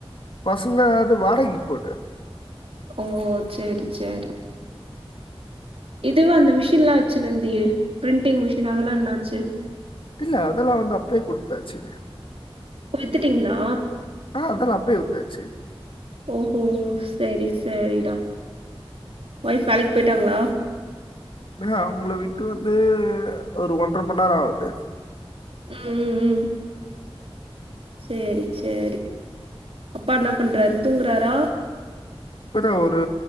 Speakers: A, on the left; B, on the right.
A: பசங்க அது வாடகைக்கு போய்டுறது
B: ஓ சேரி சேரி இதுவ அந்த மிஷின் எலாம் வச்சிருந்தியே பிரிண்டிங் மிஷின் அதெல்லாம் என்னாச்சு
A: இல்ல அதெல்லா வந்து அப்பயே கொடுத்தாச்சு
B: வித்துட்டீங்களா
A: ஆ அதெல்லாம் அப்பே வித்தாச்சு
B: ஓ ஹொ சரி சரிடா ஒயிப் வேலைக்கு போயிட்டாங்களா
A: ஏ அவங்கள விட்டு வந்து ஒரு ஒன்றரை மண்நேரம் ஆகுது
B: இம் உம் உம் சேரி சேரி அப்பா என்ன பண்றாரு தூங்குறாரா
A: இப்பதான் ஒரு